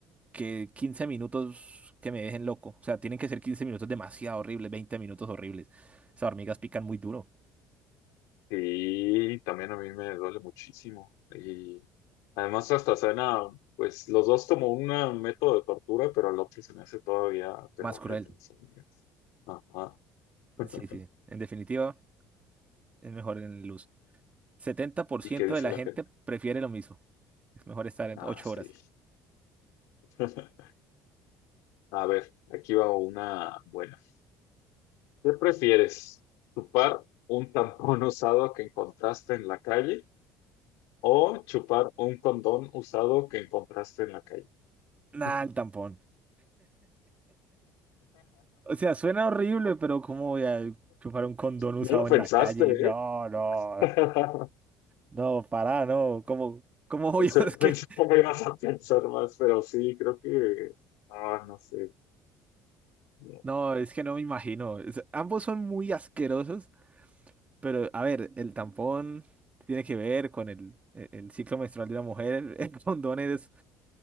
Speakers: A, on the right; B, on the left.
A: que 15 minutos que me dejen loco. O sea, tienen que ser 15 minutos demasiado horribles, 20 minutos horribles. Esas hormigas pican muy duro,
B: Sí, también a mí me duele muchísimo. Y además hasta suena, pues los dos como un eh, método de tortura, pero el otro se me hace todavía peor,
A: más cruel.
B: el de las hormigas. Ajá. <laughs>
A: Sí, sí, en definitiva, es mejor en luz. Setenta por
B: ¿Y
A: ciento
B: qué dice
A: de la
B: la
A: gente
B: gente?
A: prefiere lo mismo. Es mejor estar en
B: Ah,
A: 8
B: sí.
A: horas.
B: <laughs> A ver, aquí va una buena. ¿Qué prefieres? ¿Chupar un tampón <laughs> usado que encontraste en la calle o chupar un condón usado que encontraste en la calle?
A: Nah,
B: <laughs>
A: el tampón. O sea, suena horrible, pero ¿cómo voy a chupar un condón usado
B: No lo pensaste,
A: en la calle? No,
B: ¿eh?
A: no.
B: <laughs>
A: No, pará, no. ¿Cómo, cómo obvio
B: Pensé,
A: <laughs> es que...
B: pensé cómo ibas a pensar más, pero sí, creo que, ah, no sé, no,
A: No, es que no me imagino. Es- ambos son muy asquerosos, pero a ver, el tampón tiene que ver con el, el- el ciclo menstrual de la mujer. <laughs> El condón es,